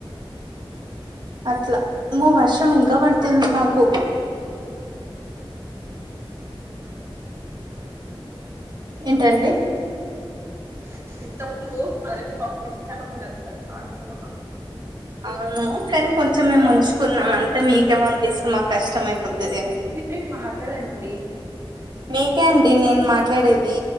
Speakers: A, on the right; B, on the right.
A: అట్ల అమ్మో వర్షం ఇంక పడుతుంది నాకు ఏంటండి
B: <unintelligible>
A: అవును కానీ కొంచెం మేము ఉంచుకున్నాం అంత మీకే పంపిస్తే మాకు కష్టం అయిపోతది
B: మీరు <unintelligible> మాట్లాడండి
A: మీకే అండి నేను మాట్లాడేది